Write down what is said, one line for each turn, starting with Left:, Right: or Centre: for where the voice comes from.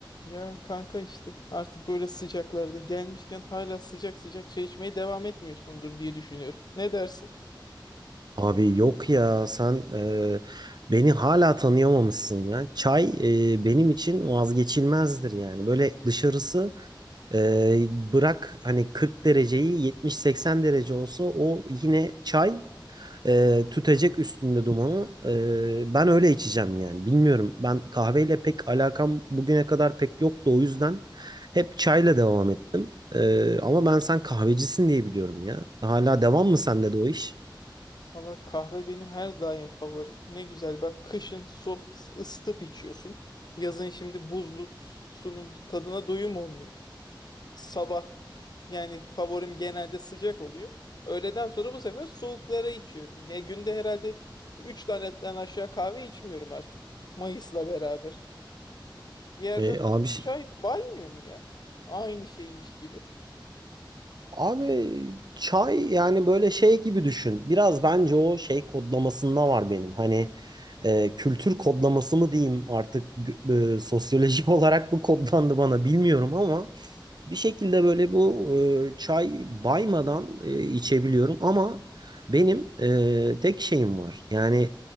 Left: Ya kanka işte artık böyle sıcaklarda gelmişken hala sıcak sıcak çay içmeye devam etmiyorsundur diye düşünüyorum. Ne dersin?
Right: Abi yok ya sen e, beni hala tanıyamamışsın ya. Çay e, benim için vazgeçilmezdir yani. Böyle dışarısı e, bırak hani 40 dereceyi 70-80 derece olsa o yine çay e, tütecek üstünde dumanı. E, ben öyle içeceğim yani. Bilmiyorum ben kahveyle pek alakam bugüne kadar pek yoktu o yüzden hep çayla devam ettim. E, ama ben sen kahvecisin diye biliyorum ya. Hala devam mı sende de o iş?
Left: Valla kahve benim her daim favorim. Ne güzel bak kışın soğuk ısıtıp içiyorsun. Yazın şimdi buzlu sunun tadına doyum olmuyor. Sabah yani favorim genelde sıcak oluyor. Öğleden sonra bu sefer soğuklara içiyorum. Ya günde herhalde 3 tanetten aşağı kahve içmiyorum artık. Mayıs'la beraber. Bir yerden
Right: E, abi
Left: sonra
Right: şey
Left: çay baymıyor mu ya? Aynı şeymiş gibi.
Right: Abi çay yani böyle şey gibi düşün. Biraz bence o şey kodlamasında var benim. Hani e, kültür kodlaması mı diyeyim artık g- e, sosyolojik <laughs> olarak mı kodlandı bana bilmiyorum ama bir şekilde böyle bu e, çay baymadan e, içebiliyorum ama benim e, tek şeyim var. Yani